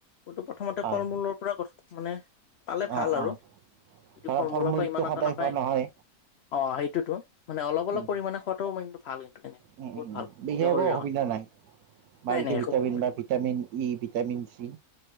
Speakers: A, on the left; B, on the right.
A: এইটো প্ৰথমতে
B: হয়
A: ফল মূলৰ পৰা গ মানে পালে ভাল
B: অ
A: আৰু
B: অ
A: যদি
B: ধৰা
A: ফল মূলৰ
B: মূলটো
A: পৰা ইমান
B: সদায়
A: এটা নাপায়
B: খোৱা নহয়
A: অ সেইটোতো মানে অলপ অলপ
B: উম,
A: পৰিমাণে খোৱাাতটোও ম ভাল কিন্তু এনে
B: উম
A: বহুত
B: উম
A: ভাল
B: বিশেষ
A: নিজৰ
B: একো
A: শৰীৰৰ
B: অসুবিধা
A: কাৰণে
B: নাই মাল্টি
A: নাই নাই একো
B: ভিটামিন
A: বস্তু নাই
B: বা ভিটামিন ই ভিটামিন চি